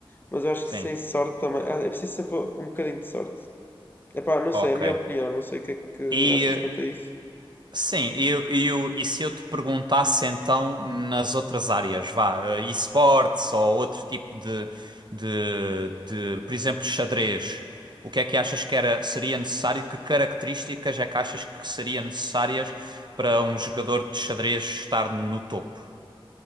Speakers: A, on the left; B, on the right.
A: mas eu acho
B: Sim.
A: que sem sorte também. ah, É preciso sempre um bocadinho de sorte. Epá, não
B: Ok.
A: sei, é a minha opinião, não sei o que é que
B: E
A: achas quanto a isso.
B: sim, e, eu- e, eu- e se eu te perguntasse então nas outras áreas, vá, eh, esportes ou outro tipo de, de, de, por exemplo, xadrez, o que é que achas que era, seria necessário? Que características é que achas que seriam necessárias para um jogador de xadrez estar no topo?